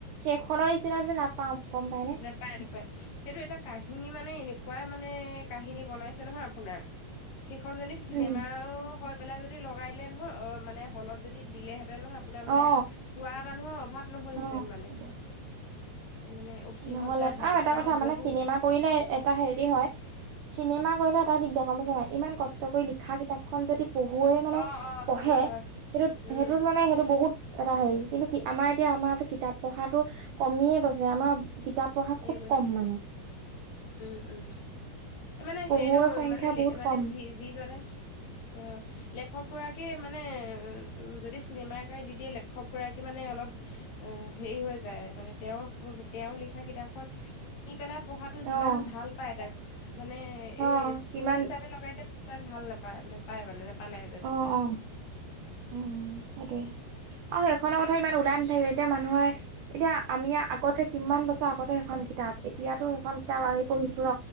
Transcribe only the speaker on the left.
নাপায় নাপায় সেইটো এটা কাহিনী মানে এনেকুৱা মানে কাহিনী বনাইছে নহয় আপোনাৰ। সেইখন যদি চিনেমাও
হৈ পেলাই যদি লগাই দিলে নহয় অ, মানে হলত যদি দিলেহেঁতেন নহয় আপোনাৰ মানে
চোৱা মানুহৰ অভাৱ নহলহেঁতেন
মানে,
মানে অসীমত
যাৰ হেৰাল
সীমাখন
বহুত
অ অ
সেইটো হয়
উম
এ গৈছে
আৰু
উম, উম, মানে
সেইটো
মানে
মানে
যি যিজনে অ', লেখক গৰাকীয়ে মানে উ, যদি চিনেমা আকাৰে দি দিয়ে লে খক গৰাকী মানে অলপ অ, হেৰি হৈ যায় মানে তেওঁ তেওঁ লিখা কিতাপ কিনি পেলাই পঢ়াটো
যিমান ভাল পাই তাক মানে এ
চ'
হিচাপে লগাই দিলে <unintelligible> ভাল নাপায় নেপায় মানে নোপালেহেঁতেন।